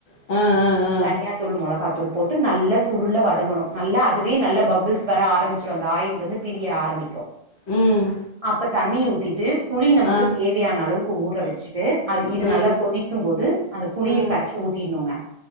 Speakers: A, on the left (about 65°); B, on the right (about 70°).
A: ஆ ஆ ஆ
B: தனியா தூள் மொளகா தூள் போட்டு நல்லா சுருள்ள வதங்கணு நல்லா அதுவே நல்ல பபுள்ஸ் வர ஆரம்பிச்சரு அந்த ஆயில் வந்து பிரிய ஆரம்பிக்கு
A: ம்
B: அப்ப தண்ணி ஊத்திட்டு புளி நமக்கு
A: ஆ
B: தேவையான அளவுக்கு ஊற வச்சுட்டு அது இது
A: ம்
B: நல்லா கொதிக்கும் போது புளிய
A: ம்
B: கரைச்சு ஊத்திடணுங்க